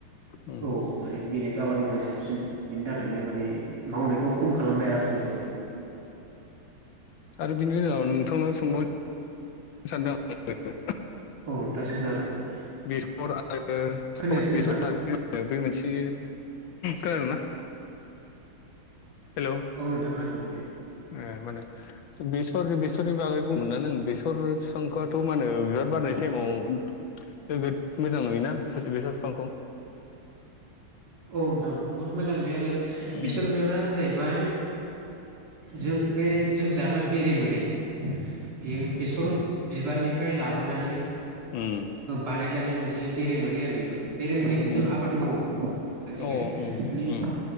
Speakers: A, on the left; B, on the right.
A: उम
B: औ माने बेलेग आबाद मावनाय साबसिन बिनि थाखायनो माने मावनायखौ खम खालामबाय आरो मायखौ
A: आरो बिनि उनाव नोंथांनाव सोंबाव सानदों आं
B: औ नोंथां सोंनो हागोन
A: बेसर आरो
B: खोनायासै
A: बेसर
B: नोंथां
A: बै मोनसे खोनादोंना हेलौ
B: औ नोंथाङा बुं दे
A: ए माने बेसर बेसरनि बागै बुंदोंना नों बेसर फिफांआथ' माने बिबार बारनाय
B: औ
A: समाव नोगोद मोजां नुयोना बेसर बिफांखौ
B: औ नोंथां बहुत मोजां नुयो आरो
A: उम
B: बेसर बिबारा जाहैबाय जों बे जों जाग्रा बेरे मोदै बियो बेसर बिबारनिफ्राय लाबोनानै
A: उम
B: बानायजानाय मोनसे बेरे मोदै आरो बेबो बेरे मोदैखौबो
A: उम
B: जों आबाद मावो आजिखालि
A: अ उम
B: माने
A: उम